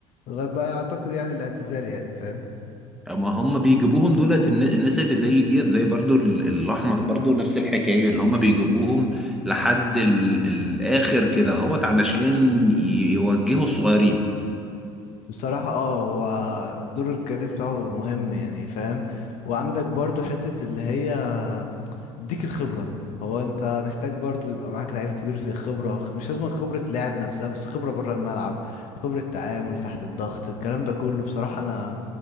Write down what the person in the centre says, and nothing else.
اما هم بيجيبوهم دولت الن- الناس اللي زي ديت زي برضو ال- الاحمر برضو نفس الحكايه اللي هم بيجيبوهم لحد ال... الاخر كده اهوت علشان ي- يوجهوا الصغيرين